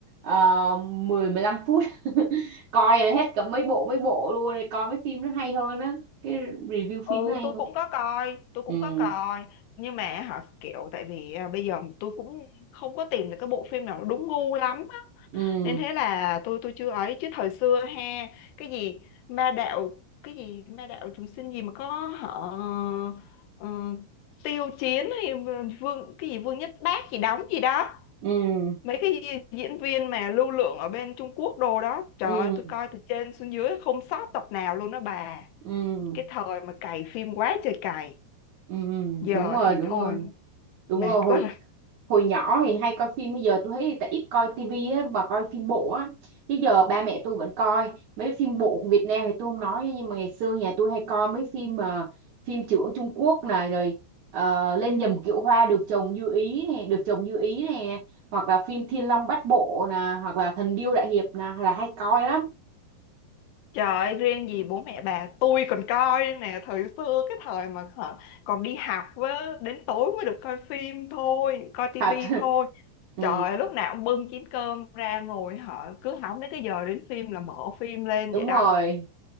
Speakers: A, on the right; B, on the left.
A: uh, 10 15 phút <laughs> coi là hết cả mấy bộ mấy bộ luôn rồi coi mấy phim nó hay hơn á cái review
B: Ừ
A: phim nó hay
B: tôi
A: hơn
B: cũng có coi tôi cũng
A: ừ
B: có coi nhưng mà hả kiểu tại vì à, bây giờ tôi cũng không có tìm được cái bộ phim nào nó đúng gu lắm á.
A: ừ
B: Nên thế là tôi tôi chưa ấy chứ thời xưa ha cái gì ma đạo cái gì ma đạo chúng sinh gì mà có họ ờ, tiêu chiến hay vương cái gì vương nhất bác gì đóng gì đó
A: ừ
B: mấy cái gì- diễn viên mà lưu lượng ở bên Trung Quốc đồ đó trời
A: ừ
B: ơi tôi coi từ trên xuống dưới không sót tập nào luôn đó bà
A: ừ,
B: cái thời mà cày phim quá trời cày
A: ừ, ừ,
B: giờ
A: đúng rồi
B: thì
A: đúng
B: thôi
A: rồi đúng
B: mệt
A: rồi hồi
B: quá rồi
A: hồi nhỏ thì hay coi phim bây giờ tôi thấy tại ít coi tivi á mà coi phim bộ á chứ giờ ba mẹ tôi vẫn coi mấy phim bộ của Việt Nam thì tôi không nói nhưng mà ngày xưa nhà tôi hay coi mấy phim mà phim trưởng Trung Quốc này rồi ờ, lên nhầm kiệu hoa được chồng như ý này được chồng như ý này hoặc là phim Thiên Long Bát Bộ nè hoặc là Thần Điêu Đại Hiệp nè là hay coi lắm
B: trời ơi, riêng gì bố mẹ bà tôi còn coi đây nè thời xưa cái thời mà hả, còn đi học với đến tối mới được coi phim thôi coi tivi
A: thật <laughs>
B: thôi
A: ừ,
B: trời ơi, lúc nào cũng bưng chén cơm ra ngồi họ cứ hóng đến cái giờ đến phim là mở phim lên
A: đúng
B: vậy đó
A: rồi